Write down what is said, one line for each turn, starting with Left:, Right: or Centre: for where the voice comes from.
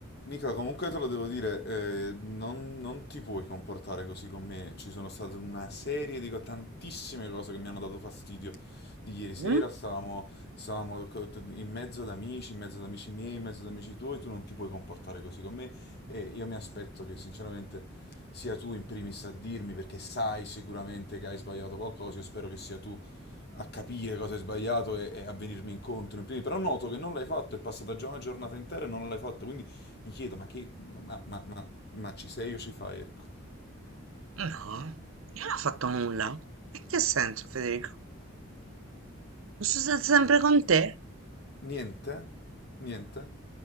Left: Nicola, comunque te lo devo dire, eh, non, non ti puoi comportare così con me. Ci sono state una serie di co- tantissime cose che mi hanno dato fastidio. Di ieri sera
Right: Mm?
Left: stavamo, stavamo co- in mezzo ad amici, in mezzo ad amici miei, in mezzo ad amici tuoi, tu non ti puoi comportare così con me e io mi aspetto che sinceramente sia tu in primis a dirmi perché sai sicuramente che hai sbagliato qualcosa, io spero che sia tu a capire cosa hai sbagliato e, e a venirmi incontro. in primis. Però noto che non l'hai fatto, è passata già una giornata intera e non l'hai fatto, quindi mi chiedo, ma che, ma, ma- ma- ma ci sei o ci fai, ecco.
Right: No, io non ho fatto nulla. In che senso, Federico? Sono stata sempre con te.
Left: Niente? Niente?